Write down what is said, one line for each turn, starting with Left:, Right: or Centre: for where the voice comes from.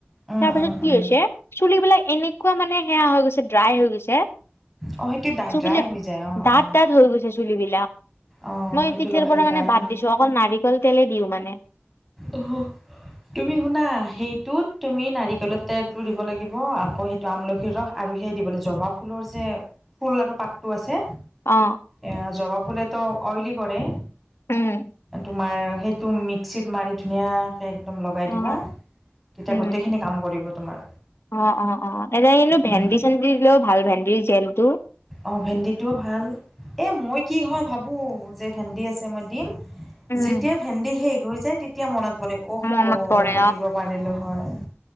Centre: উম
Left: তাৰ পাছত
Centre: উম
Left: কি
Centre: উম।
Left: হৈছে চুলিবিলাক এনেকোৱা মানে সেয়া হৈ গৈছে ড্ৰাই হৈ গৈছে
Centre: অ সেইটো ডা
Left: চুলিবিলাক
Centre: ড্ৰাই হৈ যায় অ
Left: দাঠ
Centre: অ
Left: দাঠ হৈ গৈছে চুলিবিলাক।
Centre: অ
Left: মই
Centre: সেইটো
Left: তেতিয়াৰ
Centre: লগালে
Left: পৰা
Centre: ড্ৰাই
Left: মানে বাদ
Centre: হয়।
Left: দিছো অকল নাৰিকল তেলেই দিওঁ মানে।
Centre: অহ তুমি শুনা সেইটোত তুমি নাৰিকলৰ তেলটো দিব লাগিব আকৌ সেই আমলখিৰ ৰস আৰু সেই দিবলৈ জবা ফুলৰ যে ফুল আৰু পাতটো আছে
Left: অ
Centre: এ জবা ফুলেতো অইলি কৰে
Left: উম
Centre: তোমাৰ সেইটো মিক্সিত মাৰি ধুনীয়াকে একদম লগাই
Left: অ
Centre: দিবা তেতিয়া
Left: উম
Centre: গোটেইখিনি কাম কৰিব তোমাৰ
Left: অ অ অ এনেই নো ভেন্দি
Centre: উম,
Left: চেন্দি দিও ভাল ভেন্দিৰ জেল টো
Centre: অ ভেন্দিটোও ভাল এই মই কি হয় ভাবোঁ যে ভেন্দি আছে মই দিম।
Left: উম
Centre: যেতিয়া ভেন্দি শেষ হৈ যায় তেতিয়া মনত পৰে অ হ
Left: মনত পৰে
Centre: দিব পাৰিলো হয়